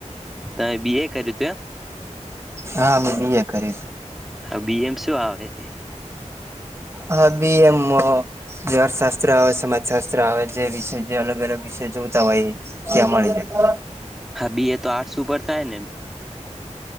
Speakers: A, in the centre; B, on the right (about 20°).
A: તમે બીએ કર્યું તું એમ
B: હા અમે બી એ કર્યું
A: હ બીએમ શું આવે
B: હ બી એમ. જે અર્થશાસ્ત્ર આવે સમાજશાસ્ત્ર આવે જે વિષય જે અલગ અલગ વિષય જોતા હોય એ ત્યાં મળી જાય
A: હભી એ તો આર્ટસ ઉપર થ ક નહી